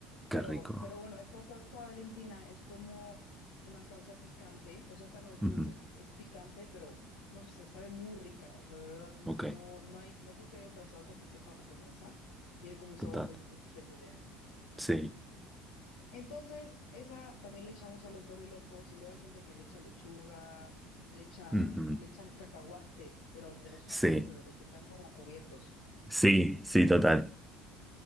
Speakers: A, on the left (about 85°); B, in the centre.
A: Pero,
B: Qué rico.
A: pero bueno, esta salsa Valentina es como una salsa picante, o sea, esta no es
B: ujú,
A: dulce, es picante, pero no sé, sabe muy rica, o sea, de verdad, no,
B: Ok.
A: no, no hay, no creo que haya otra salsa que sepa como esa, tiene como un
B: Total.
A: sabor muy pe- peculiar.
B: Sí.
A: Entonces, esa también le echamos a los dorilocos y luego hay gente que le echa lechuga, le echan,
B: Ujú.
A: le echan cacahuates, pero de los japoneses,
B: Sí,
A: de los que están como cubiertos.
B: sí, sí, total.